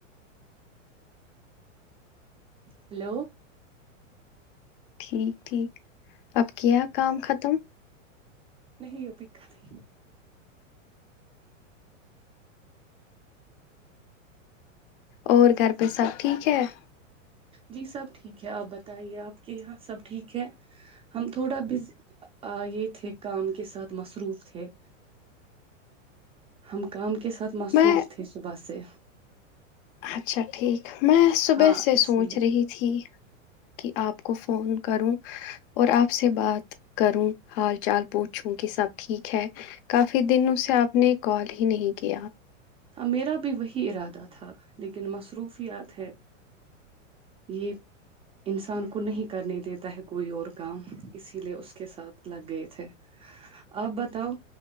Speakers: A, on the right (about 15°); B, on the left (about 45°).
A: ہیلو
B: ٹھیک ٹھیک اب کیا کام ختم
A: نہیں ا پکا نہیں
B: اور کرھر پہ سب ٹھیک ا <inaudible>
A: جی سب ٹھیک ہے آپ بتائیے آپ کے یہاں سب ٹھیک ہے ہم تھوڑا ب آ یہ تھے کام کے ساتھ مصروف تھے ہم کام کے ساتھ مصروف
B: میں
A: تھی صبح سے
B: اچھا ٹھیک میں صبح
A: ہاں
B: سے
A: اسی
B: سوچ
A: لیے
B: رہی تھی کہ آپ کو فون کروں اور آپ سے بات کروں ہال چال پوچھوں کہ سب ٹھیک ہے کافی دن اس سے آپ نے کال ہی نہیں کیا
A: میرا بھی وہی ارادہ تھا لیکن مصروفیات ہے یہ انسان کو نہیں کرنے دیتا ہے کوئی اور کام اسی لیے اس کے ساتھ لگ گئے تھے آپ بتاؤ